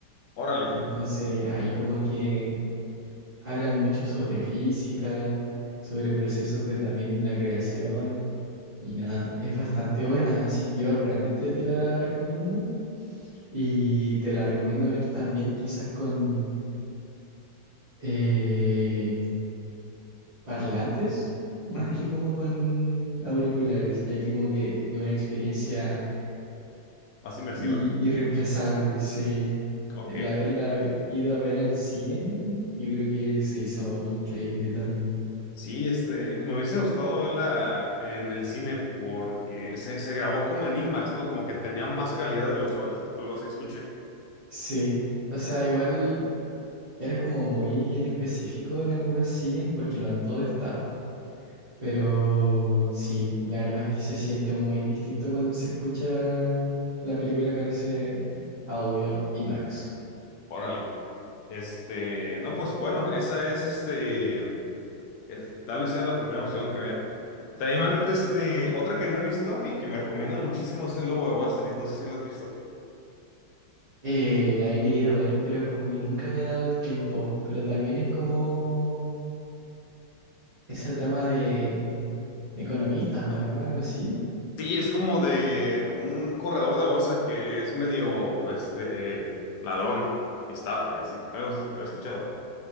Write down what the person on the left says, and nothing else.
Órale.
Ujú.
Más inmersiva.
Ok.
Sí, este, me hubiese gustado verla en el cine porque se, se grabó como en IMAX, ¿no? Como que tenía más calidad de lo usual. Algo así escuché.
Órale. Este, no, pues bueno, esa es este. Es- tal vez sea la primera opción que vea. También me han, este, otra que no he visto y que me recomiendan muchísimo es el Lobo de Wall Street. No sé si lo has visto.
Sí, es como de un corredor de bolsa que es medio, este, ladrón y estafa y así. Algo así, había escuchado.